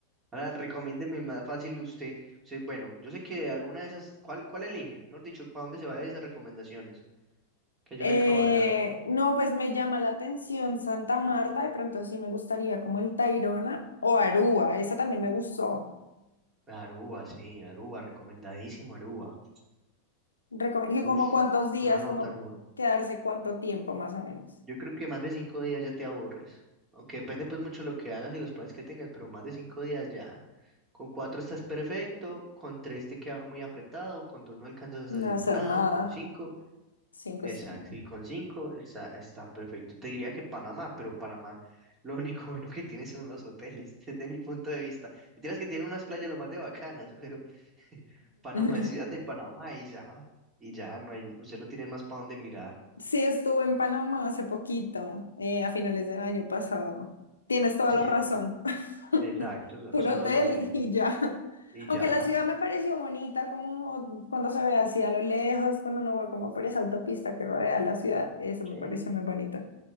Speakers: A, on the right; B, on the left.
A: Ahora, recomiéndeme más fácil usted. Sí, bueno, yo sé que alguna de esas, ¿cuál, cuál elige? Mejor dicho, ¿para dónde se va de esas recomendaciones que yo
B: Eh,
A: le acabo de dar?
B: no, pues me llama la atención Santa Marta, de pronto sí me gustaría como el Tayrona o Aruba, esa también me gustó.
A: Aruba, sí, Aruba, recomendadísimo Aruba.
B: Recom- y como
A: Uf,
B: cuántos días,
A: una
B: como
A: nota Aruba.
B: quedarse cuánto tiempo más o menos.
A: Yo creo que más de cinco días ya te aburres. Aunque depende pues mucho lo que hagas y los planes que tengas, pero más de cinco días ya. Con cuatro estás perfecto, con tres te queda muy apretado, con dos no alcanzas
B: No
A: a hacer
B: hacer
A: nada,
B: nada,
A: con cinco.
B: cinco
A: Exacto,
B: semanas.
A: y con cinco está, está perfecto. Te diría que Panamá, pero Panamá <laughs> lo único bueno que tiene son los hoteles, <laughs> desde mi punto de vista. Mentiras que tiene unas playas lo más de bacanas, pero <laughs> Panamá
B: <laughs>
A: es ciudad de Panamá y ya, y ya no hay, usted no tiene más para dónde mirar.
B: Sí, estuve en Panamá hace poquito, eh, a finales del año pasado. Tienes toda
A: <laughs>
B: la
A: Y-
B: razón. <laughs>
A: exacto, so-
B: puro
A: son
B: hotel
A: los hoteles
B: y ya.
A: y
B: Aunque
A: ya,
B: la ciudad me pareció bonita, como cuando se ve así a lo lejos, cuando uno va como por esa autopista que rodea la ciudad, eso
A: que
B: me pareció muy bonito.